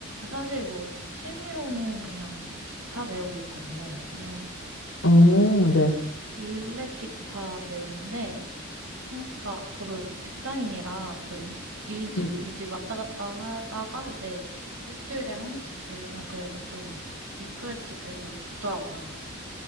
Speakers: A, on the right; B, on the left.
A: 사실 뭐, 취미로는 그냥 기타 배우고 있거든요, 요즘.
B: 어,
A: 네.
B: 네.
A: 일렉 기타 배우는데, 생각보다 저도 직장인이라 좀 일집
B: 음,
A: 일집 왔다 갔다 하다가 이제 일주일에 한 번씩 배우면 그래도 좀 리프레시 되고 좋더라고요.